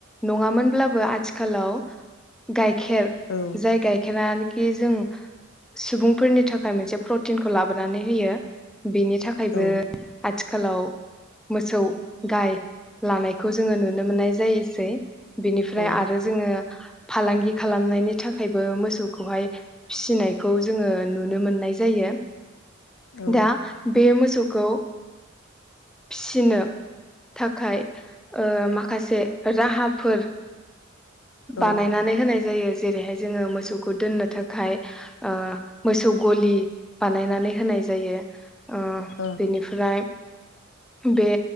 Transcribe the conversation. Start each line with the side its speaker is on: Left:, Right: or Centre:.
Centre: नङामोनब्लाबो आथिखालाव गाइ- -खेर
Left: औ
Centre: जाय गाइखेरानोखि जों सुबुंफोरनि थाखाय मोनसे प्रटिनखौ लाबोनानै होयो। बेनि थाखायबो
Left: औ ओं
Centre: आथि- -खालाव मोसौ गाय थानायखौ जोङो नुनो मोननाय- जायोसै। बिनिफ्राय
Left: औ
Centre: आरो जोङो फालांगि खालामनायनि थाखायबो मोसौखौहाय फिसिनायखौ जोङो नुनो मोननाय जायो।
Left: औ
Centre: दा बे मोसौ- खौ फिसिनो थाखाय माखासे राहाफोर
Left: औ ओं
Centre: बानायनानै होनाय जायो। जेरैहाय जोङो मोसौखौ दोननो थाखाय ओ मोसौ गलि बानायनानै। होनाय जायो। ओ
Left: ओं
Centre: बेनिफ्राय। बे